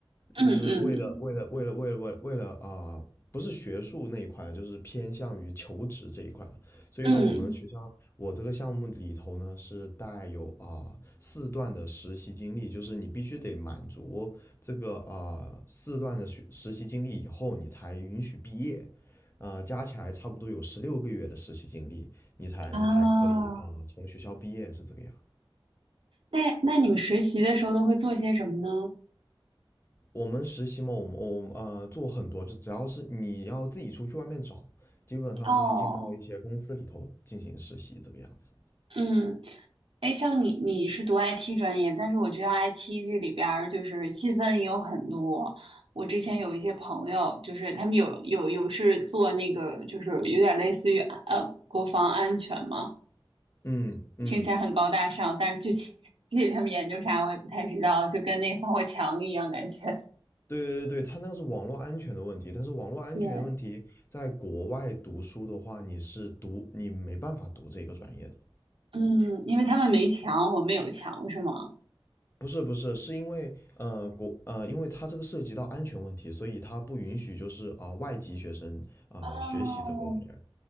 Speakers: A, on the right; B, on the left.
A: 嗯嗯
B: 就是为了为了为了为了为了为了啊、不是学术那一块了，就是偏向于求职这一块了。所以呢，
A: 嗯
B: 我们学校我这个项目里头呢是带有啊、四段的实习经历，就是你必须得满足这个啊、四段的学实习经历以后，你才允许毕业。呃，加起来差不多有十六个月的实习经历，你才你才可以啊、
A: 啊。
B: 从学校毕业是这个样。
A: 那那你们实习的时候都会做些什么呢？
B: 我们实习嘛，我们我们呃做很多，就只要是你要自己出去外面找，基本上就是进到一些公司里头进行实习这个样子。
A: 哦，嗯，哎，像你你是读 IT 专业，但是我知道 IT 这里边儿就是细分也有很多。我之前有一些朋友，就是他们有有有是做那个，就是有点类似于呃国防安全嘛，
B: 嗯嗯，
A: 听起来很高大上，但是具体 <laughs> 具体他们研究啥我也不太知道，就跟那个防火墙一样感觉。
B: 对对对，他那个是网络安全的问题，但是网络安全问题在国外读书的话，
A: 对，
B: 你是读你没办法读这个专业的，
A: 嗯，因为他们没墙，我们有墙，是吗？
B: 不是，是因为呃国呃，因为它这个涉及到安全问题，所以它不允许就是啊、外籍学生啊、
A: 哦，
B: 学习这个玩意儿。